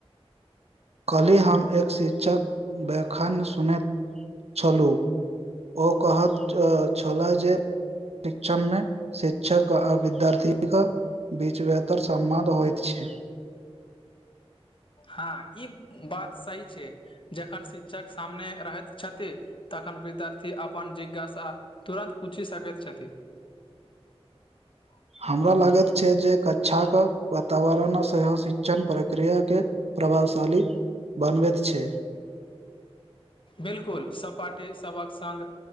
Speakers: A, on the right; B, on the left.
A: काल्हि हम एक शिक्षक व्याख्यन सुनैत छलहूं ओ कहत छलाए जे शिक्षण मे शिक्षक आ विद्यार्थी कऽ बीच बेहतर समबध होइत छै
B: हँ ई बात सही छै जखन शिक्षक सामने रहैत छथि तखन विद्यार्थी अपन जिज्ञासा तुरन्त पूछि सकैत छथिन <inaudible>
A: हमरा लागत छै जे कक्षा के वातावरण सेहो शिक्षण प्रक्रिया के प्रभावशाली बनबैत छै
B: बिल्कुल सहपाठी सबहक संग